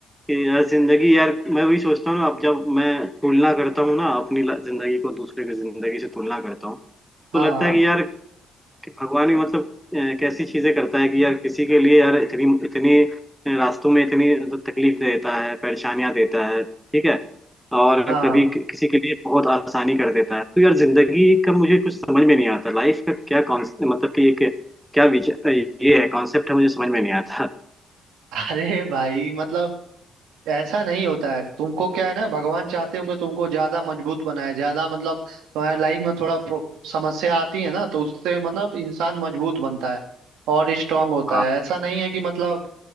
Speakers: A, in the centre; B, on the right.
A: कि यार जिंदगी यार मैं वही सोचता हूँ ना अब जब मैं तुलना करता हूँ ना अपनी ला- जिंदगी को दूसरे की जिंदगी से तुलना करता हूँ
B: हाँ
A: तो लगता है कि यार कि भगवान भी मतलब अ, कैसी चीजें करता है कि यार किसी के लिए यार इतनी इतनी रास्तों में इतनी मतलब तकलीफ देता है परेशानियां देता है ठीक है और
B: हाँ
A: कभी कि- किसी के लिए बहुत आसानी कर देता है तो यार जिंदगी का मुझे कुछ समझ में नहीं आता लाइफ का क्या कॉन्स मतलब कि एक क्या विचार ये है कॉन्सेप्ट है मुझे समझ में नहीं आता
B: अरे भाई मतलब ऐसा नहीं होता है तुमको क्या है ना भगवान चाहते होंगे तुमको ज्यादा मजबूत बनाए ज्यादा मतलब तुम्हारे लाइफ में थोड़ा प्रो- समस्या आती है ना तो उससे मतलब इंसान मजबूत बनता है और स्ट्रांग होता
A: हाँ
B: है ऐसा नहीं है कि मतलब